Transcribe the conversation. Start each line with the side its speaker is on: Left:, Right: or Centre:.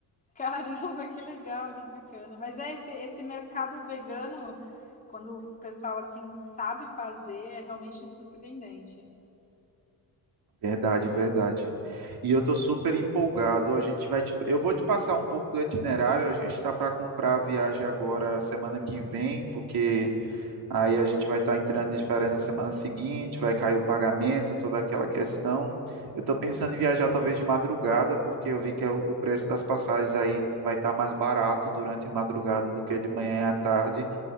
Left: Caramba, que legal, que bacana. Mas é esse esse mercado vegano, quando o pessoal assim sabe fazer, é realmente surpreendente.
Right: Verdade, verdade. E eu tô super empolgado. A gente vai, te- eu vou te passar um pouco do itinerário. A gente tá para comprar a viagem agora semana que vem, porque aí a gente vai estar entrando de férias na semana seguinte, vai cair o pagamento, toda aquela questão. Eu tô pensando em viajar talvez de madrugada, porque eu vi que é o o preço das passagens aí vai estar mais barato durante a madrugada do que de manhã à tarde.